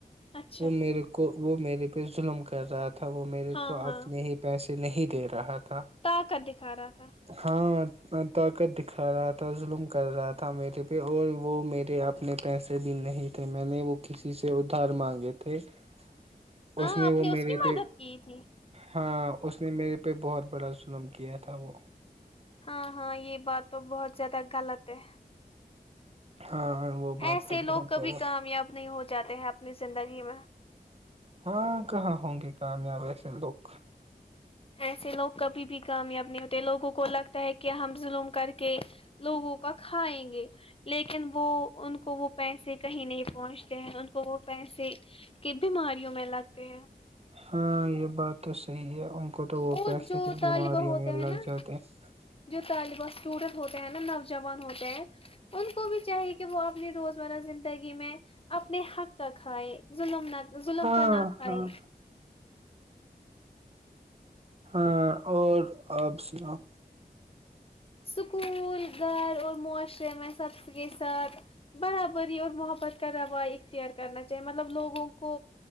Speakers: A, on the left; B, on the right.
A: اچھا
B: وہ میرے کو وہ میرے پہ ظلم کر کر رہا تھا وہ میرے
A: ہاں
B: کو اپنے
A: ہاں
B: ہی پیسے نہیں دے رہا تھا
A: طاقت دکھا رہا تھا
B: ہاں طاقت دکھا رہا تھا ت ظلم کر رہا تھا میرے پہ اور وہ میرے اپنے پیسے بھی نہیں تھے میں نے وہ کسی سے ادھار مانگ یہ تھ <inaudible>
A: ہاں
B: اس نے
A: آپ
B: وہ میرے
A: کی مدد
B: پہ
A: کی تھی
B: ہاں اس نے میرے ہ بہت بڑا سن خم کیا تھا وہ
A: ہاں ہاں یہ بات تو بہت زیادہ غلط ہے
B: ہاں وہ بات
A: ایسے
B: تو
A: لوگ
B: بہت
A: کبھی
B: زیادہ
A: کامیاب نہیں ہو جاتے ہیں اپنی زندگی میں
B: ہاں کہاں ہوں گے تو ہم آ <inaudible> سک
A: ایسے لوگ کبھی بھی کامیاب نہیں ہوتے لوگوں کو لگتا ہے کہ ہم ظللم کر کے لوگوں کا کھائیں گے لیکن وہ ان کو وہ پیسے کہیں نہیں پہنچتے ہیں ان کو وہ پیسے سے کے بیماریوں میں لگتے ہیں <inaudible>
B: ہاں یہ بات تو صحیح ان کو تو وہ
A: اور
B: پیسے
A: جو
B: کی
A: طالبہ
B: بیماریوں
A: ہوتے
B: میں
A: ہیں
B: لگ
A: نا
B: جاتے ہیں
A: طالبہ اسٹوڈنٹ ہوتے ہیں نا نوجوان ہوتے ہیں ان کو بھی چاہیے کہ وہ اپنی روزمرہ زندگی میں اپنے حق کا کھائے ظلم نہ ظلم
B: ہاں
A: کا نہ کھائے
B: ہاں ہاں اور آپ سناؤ
A: سکول گھر اور معاشرے میں سب کے ساتھ برابری اور محبت کا روا اختیار کرنا چاہیے مطلب لوگوں کو